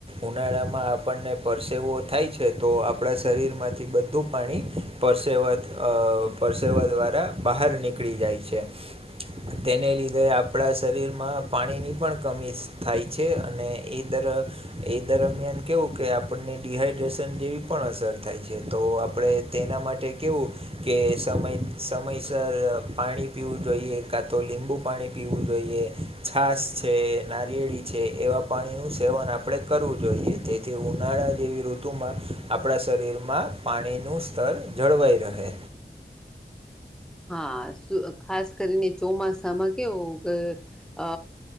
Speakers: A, on the right; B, in the centre.
A: ઉનાળામાં આપણને પરસેવો થાય છે તો આપણા શરીર માંથી બધા. ધું પાણી પરસેવા પરસેવા દ્વારા બહાર નીકળી જાય છે.
B: <inaudible>
A: તેને લીધે આપણા શરીરમાં પાણીની પણ. કમી થાય છે અને એ દર એ દરમિયાન કેવું કે આપ. આપણને ડડીહાઈડ્રેશન જેવી પણ અસર થાય છે તો આપણે તેના માટે કેવું. કે સમય સમયસર પાણી પીવું જોઈએ કાં તો લીંબુ પાણી પીવું જોઈએ. છાસ. છે નારિયેળી છે એવા પાણીનું સેવન આપણે કરવું જોઈએ તેથી ઉનાળા જેવી ઋતુમાં. આપણા શરીરમાં પાણીનું સ્તર જળવાઈ રહે.
B: હા ખાસ કરીને ચોમાસામાં કેવું કે. અ